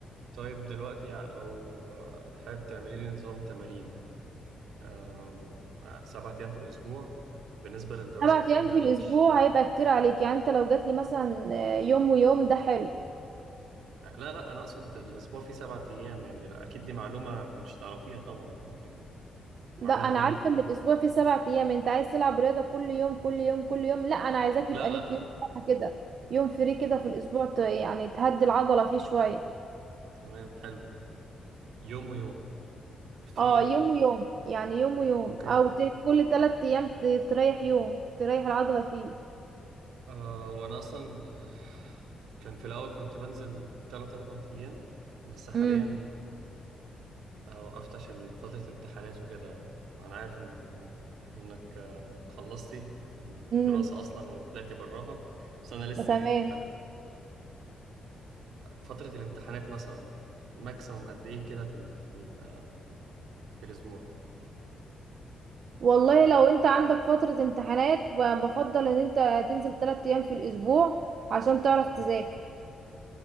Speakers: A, on the right; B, on the right.
A: طيب دلوقتي يعني لو آه، حابب تعملي لي نظام تمارين آم، آه، سبعة أيام في الأسبوع بالنسبة للدراسة
B: سبعة
A: بتاعتي
B: ايام في
A: أنا
B: الاسبوع
A: مش
B: هيبقى كتير عليك يعني انت لو جاتلي مثلا آه، يوم ويوم ده حلو
A: لا لا أنا أقصد الأسبوع فيه سبعة أيام يعني لا، أكيد دي معلومة كنتش تعرفيها طبعا يعني
B: لا
A: معلومة
B: انا
A: مهمة
B: عارفه ان الاسبوع فيه سبع ايام انت عايز تلعب رياضه كل يوم كل يوم كل يوم لا انا عايزاك
A: لا
B: يبقى ليك
A: لا لا
B: يوم راحه كده يوم فري كده في الاسبوع ت... يعني تهدي العضله فيه شويه
A: تمام حلو يوم ويوم في
B: اه يوم ويوم يعني يوم ويوم
A: أوكي
B: او ت... كل ثلاث ايام ت... تريح يوم تريح العضله فيه
A: أه وأنا أصلا آه، كان في الأول كنت بنزل تلات أربع أيام بس حاليا
B: امم
A: آه، وقفت عشان فترة امتحانات وكده وأنا عارف إن آه، إنك آه، إنك خلصتي الدراسة
B: امم
A: أصلا وطلعتي براها بس أنا لسه
B: ده تمام
A: يعني فأنا ففترة الامتحانات مثلا ماكسيموم قد إيه كده في ال... في, ال... في الأسبوع
B: والله لو انت عندك فتره امتحانات ب... بفضل ان انت تنزل ثلاث ايام في الاسبوع عشان تعرف تذاكر
A: إيه،